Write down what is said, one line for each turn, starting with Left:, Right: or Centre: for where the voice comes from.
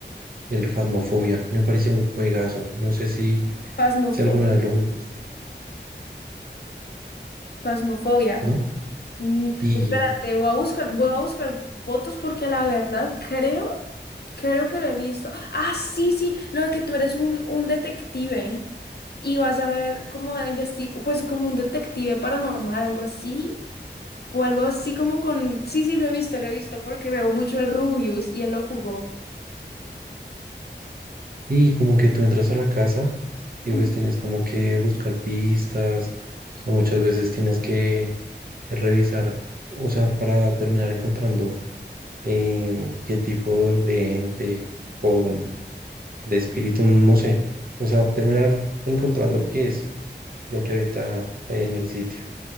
Right: el Phasmophobia me parecía un juegazo. No sé si,
Left: Pasmofobia.
Right: si alguna vez lo jugaste,
Left: Pasmofobia.
Right: ¿no?
Left: Mm,
Right: Y,
Left: espérate, voy a buscar, voy a buscar fotos porque la verdad creo Creo que lo he visto. Ah, sí, sí, lo de que tú eres un, un detective y vas a ver cómo investigar, pues como un detective paranormal, algo así, o algo así como con... Sí, sí, lo he visto, lo he visto porque veo mucho el Rubius y él lo jugó.
Right: y como que tú entras a la casa y
Left: Ujú.
Right: pues tienes como que buscar pistas, o sea, muchas veces tienes que revisar, o sea, para terminar encontrando em, qué tipo de ente o de espíritu, no sé. O sea, terminar encontrando qué es lo que habita ahí en el sitio.